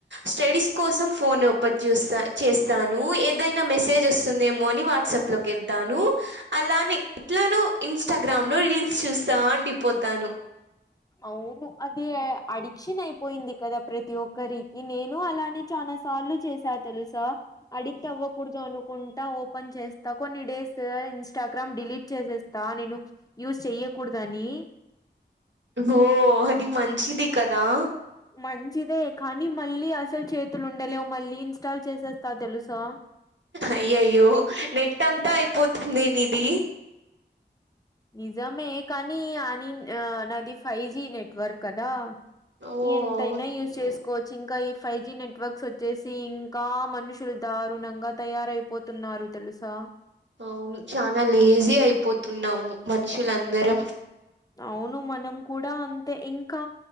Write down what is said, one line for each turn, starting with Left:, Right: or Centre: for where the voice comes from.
Right: స్టడీస్ కోసం ఫోన్ ఓపన్ చేస్తాను ఏదైనా మెసేజ్ వస్తుందేమో అని వాట్సాప్ ఇట్ లోకి వెళ్తాను అలానే ఎట్లనో ఇన్స్టాగ్రామ్ లో రీల్స్ చూస్తా అండి పొతాను
Left: అవును అది అడిక్షన్ అయిపోయింది కదా ప్రతి ఒక్కరికి నేను అలానే చానా సార్లు చేసా తెలుసా అడిక్ట్ అవ్వకూడదు అను కుంటా ఓపెన్ చేస్తా కొన్ని డేస్ ఇన్స్టాగ్రామ్ డిలీట్ చేసేస్తా నేను యూజ్ చెయ్యకూడదని
Right: ఓ అది మంచిది కదా
Left: మంచిదే కానీ మళ్ళీ అసలు చేతులు ఉండలేవు మళ్ళీ ఇన్స్టాల్ చేసేస్తా తెలుసా
Right: అయ్యయ్యో నెట్ అంతా అయిపోతుందే ఇది
Left: నిజామే కానీ అని ఆ నాది ఫైవ్ జీ నెట్వర్క్ కదా
Right: ఓ
Left: ఎంతైనా
Right: అవును
Left: యూజ్ చేసుకోవచ్చు ఇంకా ఈ ఫైవ్ జి నెట్వర్క్స్ వచ్ వచ్చేసి ఇంకా మనుషులు దారుణంగా తయారైపోతున్నారు తెలుసా
Right: అవును చాలా లేజీ అయిపోతున్నాము మనుషులందరం
Left: అవును మనం కూడా అంతే ఇంకా